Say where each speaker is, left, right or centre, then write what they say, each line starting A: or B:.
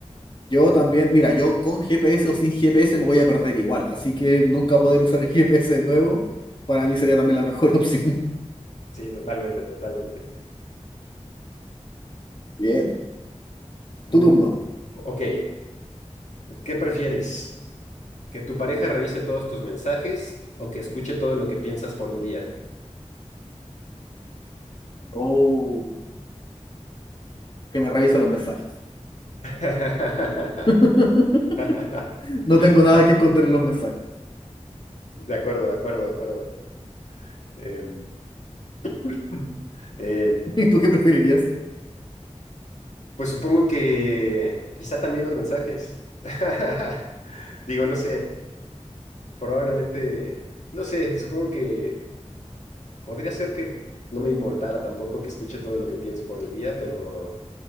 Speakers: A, on the left; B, on the left.
A: Yo también, mira, yo con GPS o sin GPS me voy a perder igual, así que nunca poder usar el GPS de nuevo para mí sería también la mejor <laughs> opción.
B: Sí, totalmente, totalmente.
A: Bien,
B: Mm,
A: tu turno.
B: Ok, ¿qué prefieres? ¿Que tu pareja revise todos tus mensajes o que escuche todo lo que piensas por un día?
A: Oh, que me revisa los mensajes.
B: <laughs>
A: <laughs>
B: <laughs>
A: No
B: De
A: tengo nada que esconder en los mensajes.
B: acuerdo, de acuerdo, de acuerdo. Em, <laughs> em,
A: <laughs> ¿Y tú qué preferirías?
B: pues supongo que quizá también los mensajes. <laughs> Digo, no sé, probablemente, no sé, supongo que podría ser que no me importara tampoco que escuche todo lo que pienso por el día, pero